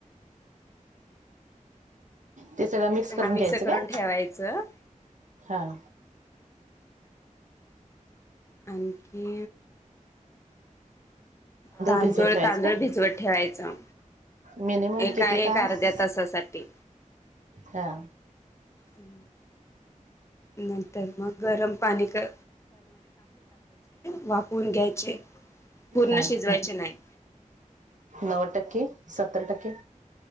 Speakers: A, on the right; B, on the left.
A: ते सगळं मिक्स करून
B: ह मस
A: घ्यायचं
B: करून
A: काय
B: ठेवायचं.
A: हा.
B: आणखी. तांदूळ
A: भिजवत ठेवायचं
B: तांदूळ भिजवत ठेवायचं.
A: मिनिमम
B: एका
A: किती
B: एक
A: तास
B: अर्ध्या तासासाठी.
A: हा.
B: हम्म. नंतर मग गरम पाणी क वापरून घ्यायचे पूर्ण
A: हा.
B: शिजवायचे नाही.
A: नव्वद टक्के सत्तर टक्के.